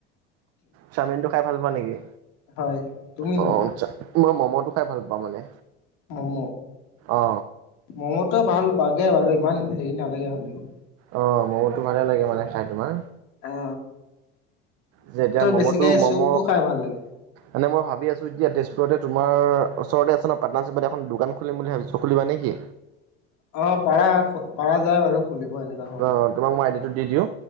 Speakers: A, on the right; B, on the left.
A: চাওমিনটো খাই ভাল পোৱা নেকি
B: হয় তুমিনো
A: অ মই মমটো খাই ভাল পাওঁ মানে
B: মম
A: অ।
B: মমটো ভাল বাগে বাৰু ইমান হেৰি নালাগে হ'লেও
A: অ মমতো ভালে লাগে মানে খাই তোমাৰ।
B: অ
A: যে এতিয়া মমটো
B: বেছিকে
A: মম
B: চুপটো খাই ভাল লাগে
A: এনে মই ভাবি আছো এতিয়া তেজপুৰতে তোমাৰ ওচৰতে আছে ন পাটনাৰচিপত এখন দোকান খুলিম বুলি ভাবিছো। খুলিবা নে কি।
B: অ পাৰা খ পাৰা যায় বাৰু খুলিব এনেকা হল।
A: অ' তোমাক মই আইডিটো দি দিও